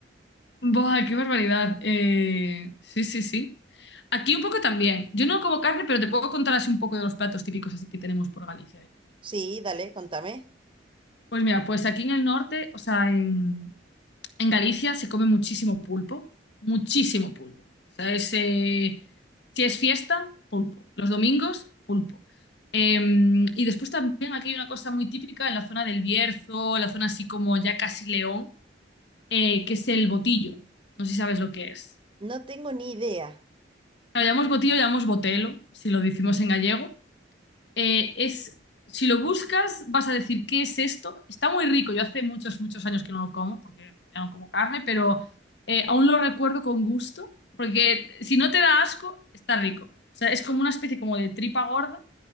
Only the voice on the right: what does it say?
Sí,
dale,
contame.
No tengo ni idea.